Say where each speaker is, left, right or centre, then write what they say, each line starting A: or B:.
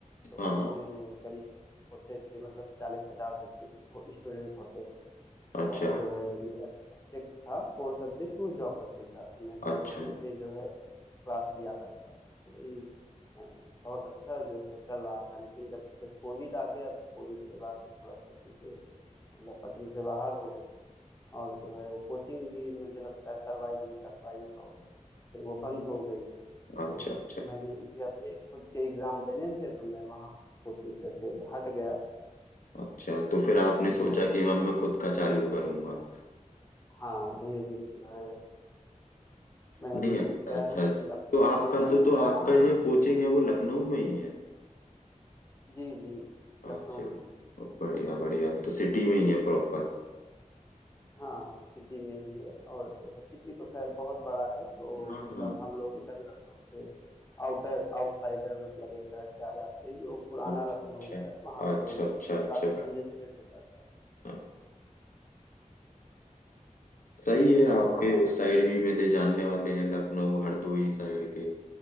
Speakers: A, on the left; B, on the left.
A: तो
B: हाँ
A: उसमें करीब होते थे मतलब चालीस पचास बच्चे हो, स्टूडेंट होते थे
B: अच्छा
A: और जो है मेरा जो सब्जेक्ट था कोर सब्जेक्ट वो ज्योग्राफी था तो मैं ज्योग्राफी
B: अच्छा
A: पे जो है क्लास लिया करता था तो वही अ, बहुत अच्छा जो है चल रहा था लेकिन जब फिर कोविड आ गया तो कोविड के बाद से थोड़ा सा चीज़ें मतलब पटरी से बाहर हो गई और जो है वो कोचिंग भी मुझे लगता है सरवाइव नहीं कर पाई और फिर वो बंद हो गई
B: अच्छा
A: फिर
B: अच्छा
A: मैंने मुझे अपने खुद के एग्जाम देने थे तो मैं वहाँ कोचिंग से फिर हट गया
B: अच्छा तो फिर आपने
A: तो इस
B: सोचा
A: तरह
B: कि अब मैं खुद का चालू करूंगा
A: हाँ धीरे धीरे जो है मैं
B: नहीं
A: अभी
B: अच्छा
A: क्या
B: अच्छा
A: है कि अपनी
B: तो आपका
A: प्रिपरेशन
B: तो
A: भी
B: तो
A: कर रहा
B: आपका
A: हूँ
B: ये कोचिंग है वो लखनऊ में ही है
A: जी जी
B: अच्छा
A: लखनऊ में ही है
B: बढ़िया बढ़िया तो सिटी में ही है प्रॉपर
A: हाँ हाँ सिटी में ही है और जो है सिटी तो खैर बहुत बड़ा है तो
B: हाँ
A: मतलब
B: हाँ
A: हम लोग इधर लखनऊ से आउटर आउटसाइडर मतलब एक तरह से आ जाते हैं जो पुराना
B: अच्छा
A: लखनऊ
B: अच्छा
A: है वहाँ
B: अच्छा
A: पे
B: अच्छा
A: मतलब
B: अच्छा
A: काफी कंजेस्टेड हो जाता है
B: हाँ, सही है आपके
A: और
B: उस साइड भी मेरे जानने वाले हैं लखनऊ हरदोई साइड के